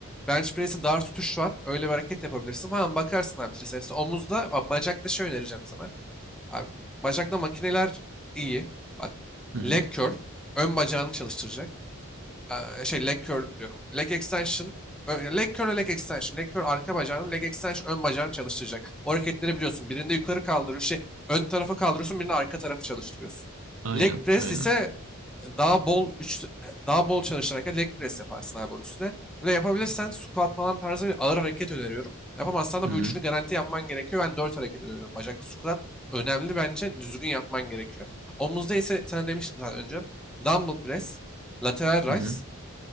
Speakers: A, in the centre; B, on the right.
A: bench press'i dar tutuş var. Öyle bir hareket yapabilirsin falan. Bakarsın abi triceps'e. Omuzda bak, bacakta şey önereceğim sana. Abi, bacakta makineler iyi. Bak
B: Hı hı.
A: leg curl ön bacağını çalıştıracak. Eee, şey leg curl diyorum. Leg extension. Ö- Leg curl ve leg extension. Leg curl arka bacağını, leg extension ön bacağını çalıştıracak. O hareketleri biliyorsun. Birinde yukarı kaldırıyorsun, şey, ön tarafa kaldırıyorsun, birinde arka tarafı çalıştırıyorsun.
B: Aynen
A: Leg press
B: aynen.
A: ise e, daha bol üç, e, daha bol çalışan leg press yaparsın abi onun üstüne. Böyle yapabilirsen squat falan tarzı bir ağır hareket öneriyorum. Yapamazsan da
B: Hı
A: bu
B: hı.
A: üçünü garanti yapman gerekiyor. Ben dört hareket öneriyorum. Bacaklı squat önemli bence. Düzgün yapman gerekiyor. Omuzda ise sana demiştim zaten önce. Dumbbell press, lateral raise,
B: Hı hı.